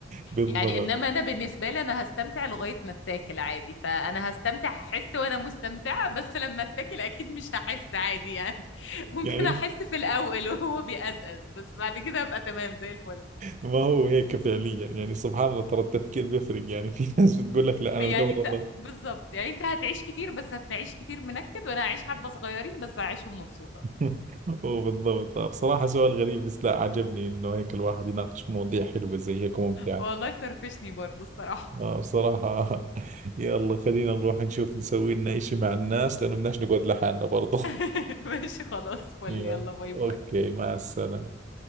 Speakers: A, on the right; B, on the left.
A: بالضبط
B: يعني انما انا بالنسبة لي انا هستمتع لغاية ما اتاكل عادي فانا هستمتع هحس وانا مستمتعة بس لما اتاكل اكيد مش هحس عادي يعني <laughs> ممكن
A: يعني
B: احس في الاول وهو بيأزأز بس بعد كده ابقى تمام زي الفل
A: ما هو هيك فعليا يعني سبحان الله ترى التفكير بيفرق يعني في ناس بتقول لك لا انا
B: يعني
A: بدور
B: انت
A: افضل
B: بالظبط يعني انت هتعيش كتير بس هتعيش كتير منكد وانا هعيش حبة صغيرين بس هعيشهم مبسوطة
A: <laughs> وبالضبط بصراحة سؤال غريب بس لا عجبني انه هيك الواحد يناقش مواضيع حلوة زي هيك ممتعة
B: والله فرفشني برضو الصراحة
A: آه بصراحة <laughs> يلا خلينا نروح نشوف نسوي لنا اشي مع الناس لانه بدناش نقعد لحالنا برضه <laughs>
B: <laughs> ماشي خلاص فل
A: يلا
B: يلا باي باي
A: اوكي مع السلامة